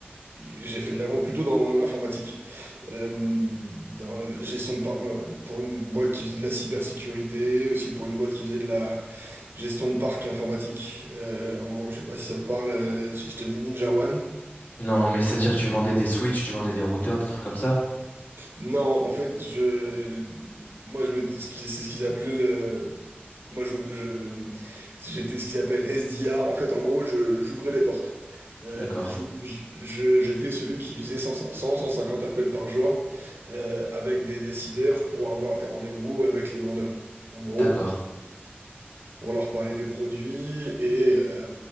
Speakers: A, on the right; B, on the left.
A: j'ai fait de la vente plutôt dans l'informatique, Euh, dans la gestion de par- euh, pour une boîte qui faisait de la cybersécurité, aussi pour une boîte qui faisait de la Gestion de parc informatique. Euh, en gros, je sais pas si ça te parle, euh, si je te dis Ninja One.
B: Non, mais c'est-à-dire que tu vendais des switches, tu vendais des routeurs, des trucs comme ça?
A: Non, en fait, je, moi, je m'étais- ce qui- c'est ce qu'ils appelaient le, moi, je, je- j'étais ce qu'ils appellent SDR. En fait, en gros, je, j'ouvrais les portes. Euh,
B: D'accord.
A: j'ou- je- je- j'étais celui qui faisait cent, cent, cent cinquante appels par jour euh, avec des décideurs pour avoir des rendez-vous avec les vendeurs. En gros.
B: D'accord.
A: pour leur parler des produits et, euh,